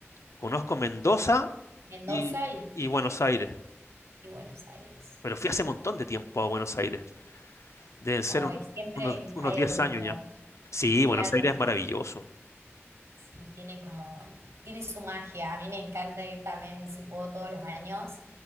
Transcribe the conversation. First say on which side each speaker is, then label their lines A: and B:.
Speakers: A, on the left; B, on the right.
A: Conozco Mendoza
B: Mendoza
A: y,
B: y,
A: y Buenos Aires,
B: y Buenos Aires.
A: pero fui hace un montón de tiempo a Buenos Aires, deben ser
B: Hoy
A: unos,
B: siempre
A: unos, unos
B: hay
A: 10
B: algo nuevo.
A: años ya. Sí,
B: Claro,
A: Buenos Aires es maravilloso.
B: sí, tiene como, tiene su magia. A mí me encanta ir también, si puedo, todos los años